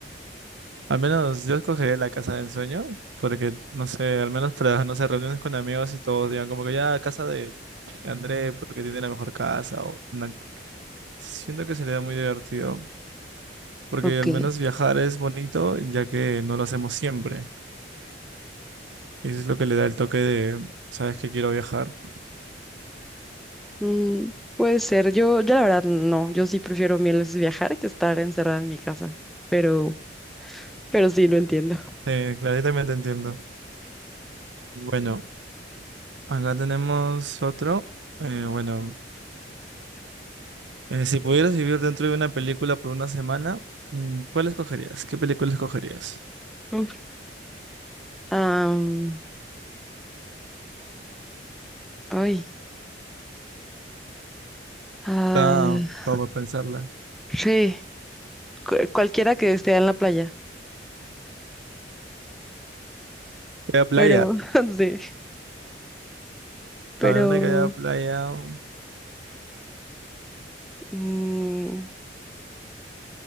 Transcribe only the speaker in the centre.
ok.
Mm, puede ser. Yo, yo la verdad no. Yo sí prefiero mil veces viajar que estar encerrada en mi casa. Pero, pero sí lo entiendo.
Uf. Am, ay. ah,
sí, cu- cualquiera que esté en la playa.
Pero, <laughs> sí. Pero.
mm,